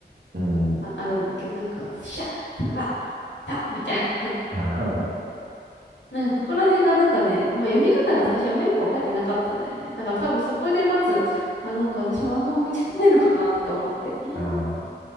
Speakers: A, on the right; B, on the left.
A: うん。
B: あ、あるんだけど、なんか、シャッ、ザッ、タッみたいな。
A: <laughs> あ
B: なんかそこら辺がなんかね、まあ読み方が最初あんまりよくわかってなかったんだよね。だから多分そこでまず、あ、なんか私漫画向いてないのかなとか思って。<laughs>
A: あ、